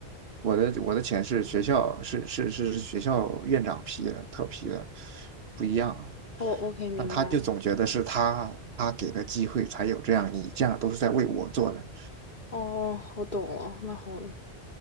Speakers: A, on the right; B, on the left.
A: 我的我的钱是学校是是是是学校院长批的，特批的，不一样。
B: 哦，OK，明白了。
A: 那他就总觉得是他他给的机会才有这样，你这样都是在为我做的，
B: 哦，我懂了，那好，